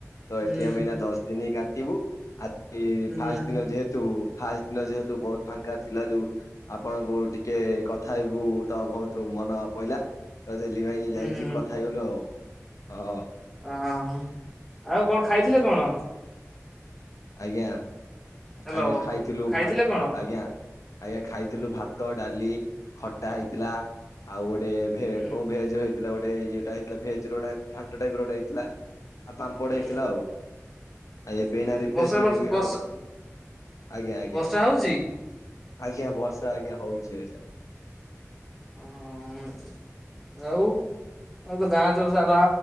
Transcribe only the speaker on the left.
ତ
ଏଠି ଆମେ ଏଇନା ଦଶ ଦିନି କାତିବୁ ଆ ଇ
ଫାଷ୍ ଦିନ ଯେହେତୁ ଫାଷ୍ ଦିନ ଯେହେତୁ ବହୁତ୍ ଫାଙ୍କା ଥିଲାରୁ ଆପଣଙ୍କୁ ଟିକେ କଥା ହେବୁ ତ ଭଉତ୍ ତୁ ମନ ପଇଲା ତ ସେଇଥିପାଇଁ
ଯାଇଥିଲି କଥା ହେଇଗଲୁ ଆଉ ହଁ।
ଆଜ୍ଞା
ଆଜ୍ଞା ଖାଇଥିଲୁ
ଭା
ଆଜ୍ଞା। ଆଜ୍ଞା ଖାଇଥିଲୁ ଭାତ ଡାଲି ଖଟା ହେଇଥିଲା। ଆଉ ଗୋଟେ ଭେ
କୋଉ ଭେଜେରେ ହେଇଥିଲା ଗୋଟେ ଇଏଟା ହେଇଥିଲା ଭେଜର ଗୋଟା ଘାଣ୍ଟ ଟାଇପର ଗୋଟେ ହେଇଥିଲା ଆଉ ପାମ୍ପଡ
ହେଇଥିଲା ଆଉ ଏବେ
ଏଇନା ରି
ଥେଚମେଣ୍ଟ
ବି ଆମ ଆଜ୍ଞା ଆଜ୍ଞା।
ଆଜ୍ଞା ବର୍ଷା ଆଜ୍ଞା ହଉଛି ବର୍ଷା।